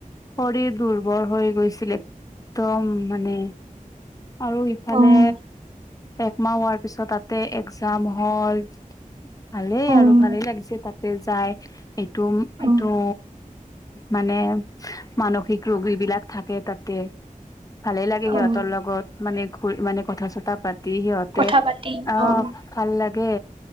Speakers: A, on the left; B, on the right.
A: শৰীৰ দুৰ্বৰ হৈ গৈছিল একদম মানে। আৰু ইফালে।
B: অ',
A: একমাহ হোৱাৰ পিছত তাতে একজাম হল ভালেই
B: অ',
A: আৰু ভালেই লাগিছে তাত। তাতে যায় এইটো
B: অ',
A: এইটো মানে। মানসিক ৰোগ এইবিলাক থাকে তাতে ভালে লাগে
B: অ',
A: সিহঁতৰ লগত মানে। ঘুৰি মানে কথা চতা পাত-। দি সিহঁতে
B: কথা পাতি
A: আহ
B: অ'।
A: ভাল লাগে